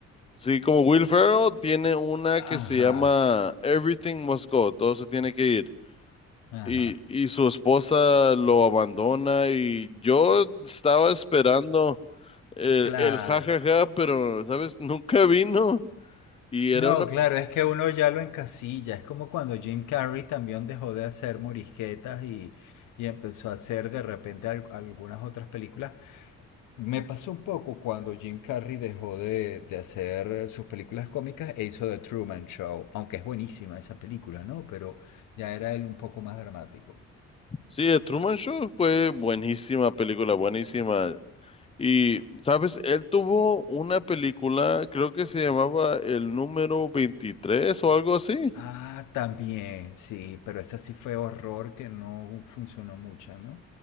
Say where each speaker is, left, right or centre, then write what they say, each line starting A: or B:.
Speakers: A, on the left; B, on the left.
A: Sí, como Will Ferrell tiene una que
B: Ajá,
A: se llama Everything Must Go, todo se tiene que ir.
B: ajá.
A: Y, y su esposa lo abandona y yo estaba esperando el,
B: <laughs> Claro.
A: el jajaja, pero, ¿sabes? <laughs> Nunca vino. Y era
B: No,
A: una...
B: claro, es que uno ya lo encasilla. Es como cuando Jim Carrey también dejó de hacer morisquetas y, y empezó a hacer de repente al- algunas otras películas Me pasó un poco cuando Jim Carrey dejó de, de hacer sus películas cómicas e hizo The Truman Show, aunque es buenísima esa película, ¿no? Pero ya era él un poco más dramático.
A: Sí, The Truman Show fue buenísima película, buenísima. Y, ¿sabes? Él tuvo una película, creo que se llamaba El número 23 o algo así.
B: Ah, también, sí, pero esa sí fue horror que no funcionó mucho, ¿no?